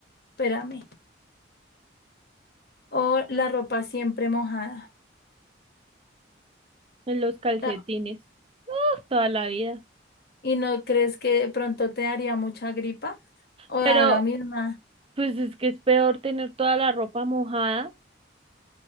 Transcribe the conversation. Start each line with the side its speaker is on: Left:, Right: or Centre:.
Left: espérame, o la ropa siempre mojada.
Right: en los calcetines.
Left: O sea,
Right: Uf, toda la vida.
Left: ¿Y no crees que de pronto te daría mucha gripa? O
Right: Pero
Left: a la misma.
Right: pues es que es peor tener toda la ropa mojada